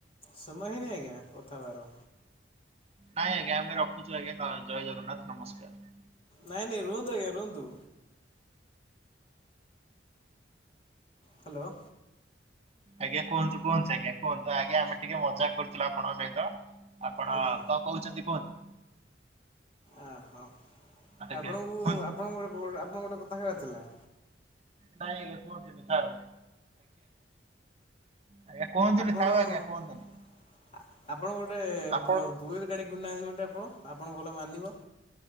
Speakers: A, on the left (about 30°); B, on the right (about 35°).
A: ସମୟ ହେଇନି ଆଜ୍ଞା କଥାବାର।
B: ନାଇଁ ଆଜ୍ଞା ଆମେ ରଖୁଛୁ ଆଜ୍ଞା ଜୟ ଜଗନ୍ନାଥ ନମସ୍କାର।
A: ନାଇଁ ନାଇ ରୁହନ୍ତୁ ଆଜ୍ଞା ରୁହନ୍ତୁ। ହ୍ୟାଲୋ।
B: ଆଜ୍ଞା କୁହନ୍ତୁ କୁହନ୍ତୁ ଆଜ୍ଞା କୁହନ୍ତୁ ଆଜ୍ଞା ଆମେ ଟିକେ ମଜା କରୁଥିଲୁ ଆପଣଙ୍କ ସହିତ ଆପଣ
A: ଆଜ୍ଞା।
B: ତ କଉଚ଼ନ୍ତି କୁହନ୍ତୁ।
A: ଅହୋ
B: ଆଜ୍ଞା
A: ଆପଣଙ୍କୁ
B: କୁହନ୍ତୁ।
A: ଆପଣଙ୍କ ଗୋଟେ ଆପଣ ଗୋଟେ କଥା କହିବାର ଥିଲା।
B: ନାଇଁ ଆଜ୍ଞା କୁହନ୍ତୁନି ଥାଉ। ଆଜ୍ଞା କୁହନ୍ତୁନି
A: ଆପଣ-ଆପଣ
B: ଥାଉ ଆଜ୍ଞା କୁହନ୍ତୁନି
A: ଗୋଟେ <unintelligible>
B: ଆପଣ
A: ଗାଡ଼ି କିଣୁନାହାନ୍ତି ଗୋଟେ ଆପଣ, ଆପଣଙ୍କୁ ଭଲ ମାନିବ।